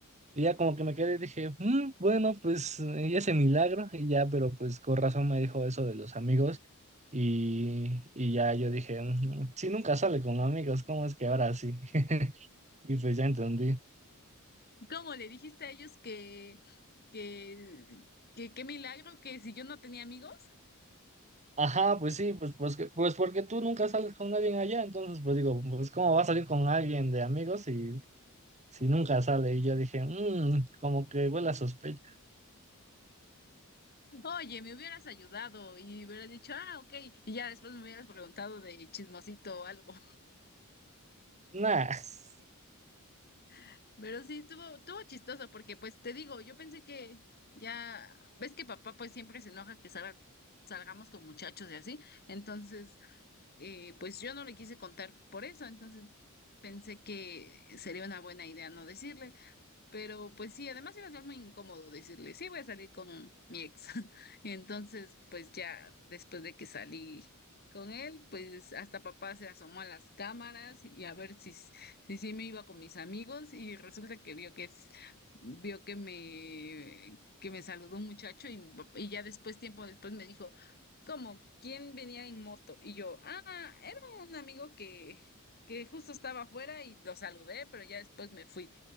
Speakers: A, on the right; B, on the left.
A: Y ya como que me quedé y dije, "Mm, bueno, pues y ese milagro. Y ya, pero pues con razón me dijo eso de los amigos. Y, y ya yo dije, "Mm, si nunca sale con amigos, ¿cómo es que ahora sí? <laughs> Y pues ya entendí.
B: ¿Cómo le dijiste a ellos que, que, que qué milagro que si yo no tenía amigos?
A: Ajá, pues sí, pues, pues, que- pues porque tú nunca sales con alguien allá, entonces pues digo, pues cómo va a salir con alguien de amigos si, si nunca sale. Y yo dije, mmm, como que huele a sospecha.
B: Oye, me hubieras ayudado y hubieras dicho, ah, ok, y ya después me hubieras preguntado de chismosito o algo.
A: Nah. <laughs>
B: <laughs> Pero sí, estuvo, estuvo chistoso porque, pues, te digo, yo pensé que ya, ves que papá pues siempre se enoja que salga- salgamos con muchachos y así. Entonces, eh, pues yo no le quise contar por eso, entonces pensé que sería una buena idea no decirle. Pero pues sí, además iba a ser muy incómodo decirle, sí, voy a salir con mi ex. <laughs> Entonces, pues ya después de que salí con él, pues hasta papá se asomó a las cámaras y a ver si, si sí me iba con mis amigos y resulta que vio que es, vio que me, que me saludó un muchacho y, y ya después, tiempo después me dijo, ¿cómo? ¿Quién venía en moto? Y yo, ah, era un amigo que, que justo estaba afuera y lo saludé, pero ya después me fui.